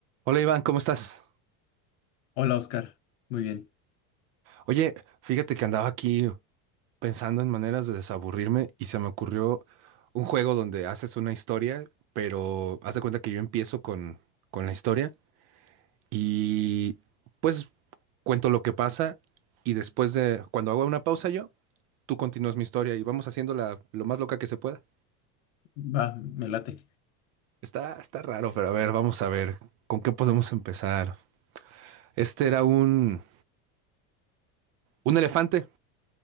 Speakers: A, on the right; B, on the left.
A: Hola Iván, ¿cómo estás?
B: Hola Oscar, muy bien,
A: Oye, fíjate que andaba aquí pensando en maneras de desaburrirme y se me ocurrió un juego donde haces una historia, pero haz de cuenta que yo empiezo con, con la historia y pues cuento lo que pasa y después de cuando hago una pausa yo, tú continúas mi historia y vamos haciéndola lo más loca que se pueda.
B: va, me late.
A: Está, está raro, pero a ver, vamos a ver, ¿con qué podemos empezar? Este era un, un elefante